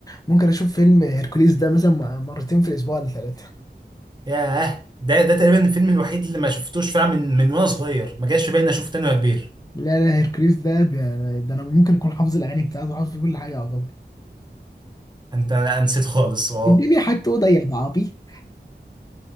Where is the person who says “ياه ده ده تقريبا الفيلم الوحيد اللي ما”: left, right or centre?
Right